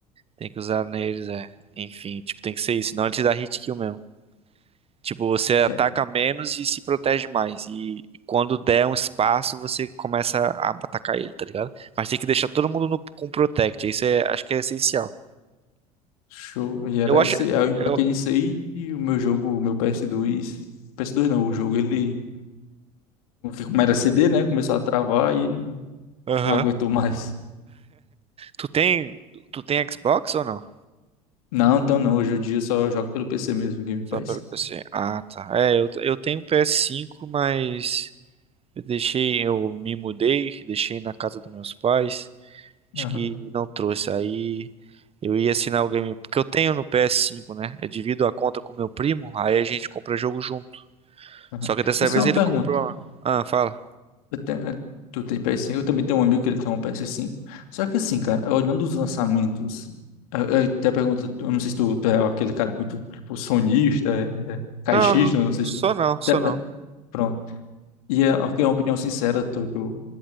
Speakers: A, on the right; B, on the left.
A: tem que usar neles, é. Enfim, tipo, tem que ser isso, senão ele te dá hit kill mesmo. Tipo, você ataca
B: É,
A: menos e se protege mais. E quando der um espaço, você começa a atacar ele, tá ligado? Mas tem que deixar todo mundo no- com protect. Isso é, acho que é essencial.
B: show. E era
A: Eu acho.
B: isso aí. Aí eu empaquei
A: Eu...
B: nisso aí e o meu jogo, o meu PS2. PS2 não, o jogo ele. Como era CD, né? Começou a travar e não,
A: Aham.
B: não aguentou mais.
A: Tu tem. Tu tem Xbox ou não?
B: Não, então não. Hoje em dia eu só jogo pelo PC mesmo, Game Pass.
A: Só pelo PC. Ah, tá. É, eu, eu tenho um PS5, mas eu deixei. Eu me mudei, deixei na casa dos meus pais. Acho
B: Aham,
A: que não trouxe. Aí eu ia assinar o game. Porque eu tenho no PS5, né? Eu divido a conta com meu primo, aí a gente compra jogo junto.
B: aham.
A: Só que dessa
B: Essa
A: vez
B: é uma
A: ele
B: pergunta.
A: comprou. Ah, fala.
B: Eu te- eu- tu tem PS5, eu também tenho um amigo que ele tem um PS5. Só que assim, cara, olhando os lançamentos, eu, eu até pergunto, eu não sei se tu, tu é aquele cara muito, tipo, sonista, é, é, caixista,
A: Não, não,
B: eu não sei
A: só
B: se tu...
A: não, só
B: até-
A: não.
B: mas, pronto. E é, é uma opinião sincera, tu, que eu,